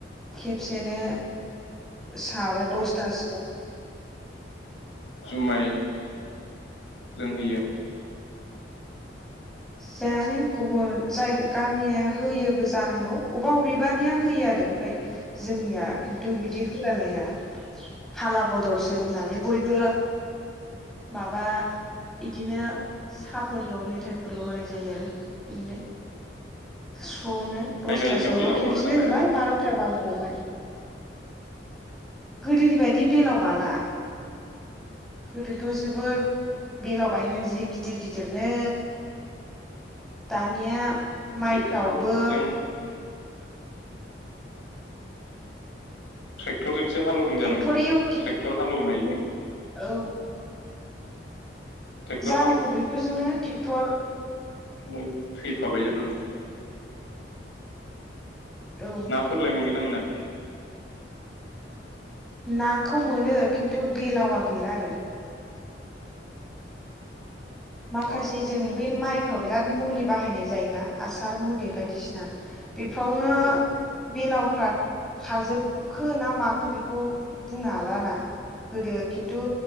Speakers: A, in the centre; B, on the left.
A: खेबसेनो साबो दसथा सिबां।
B: जुमाय लोंहैयो।
A: जानो गुबुन जाय गामिया होयोबो जानांगौ अबा अबेबानिया होयो आरो ओमफ्राय जोंनिया खिन्थु बिदि होलालाया फाला बदलसो होननानै बयबो माबा इदिनो साफोरल' मेथाइ फोरल' होनाय जायो आरो बिदिनो। ज'नो दसथासोआवल'
B: माइ गायनायाव बेलाव
A: खेमसेनो
B: बागोना बायाखै
A: होबाय बार'था बा गबाय। गोदोनि बायदि बेलाव बाला। गोदोथ' जोबोर बेलाव बायोमोन जि गिदिर गिदिरनो। दानिया माइफ्रावबो
B: ट्रेक्टर हालेवनायजों <inaudible> थेक्टरजों सो हालौदों
A: ट्रेक्टर
B: जानांगौ
A: एव
B: ट्रेक्टर हालौनाय <unintelligible>
A: औ।
B: ट्रेक्टर
A: जानांगौ बेफोरजोंनो थेक्टर
B: औ थैफाबाय जानांगौ।
A: औ
B: ना फोरलाय मोनगोन ना मोनाखै?
A: नाखौ मोनो खिन्थु बेलावा गैला आरो माखासे
B: अ
A: जों बे माइ फ्राव बिराद मुलि बाहायनाय जायोना हासार मुलि बायदिसिना। बेफ्रावनो
B: औ
A: बेलाव फ्रा खारजोबखो ना माखो बेखौ बुंनो हाला ना। गोदो खिन्थु